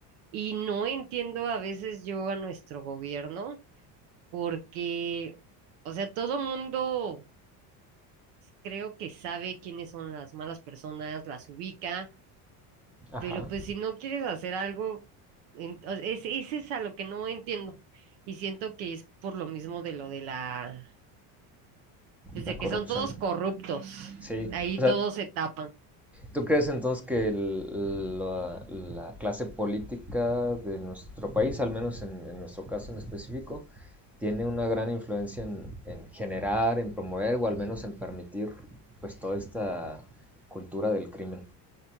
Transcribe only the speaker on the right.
y no entiendo a veces yo a nuestro gobierno porque, o sea, todo mundo creo que sabe quiénes son las malas personas, las ubica, pero
pues si no quieres hacer algo, en- o- es, ese es a lo que no entiendo y siento que es por lo mismo de lo de la, pues
de
que son todos corruptos,
ahí
todos se tapan.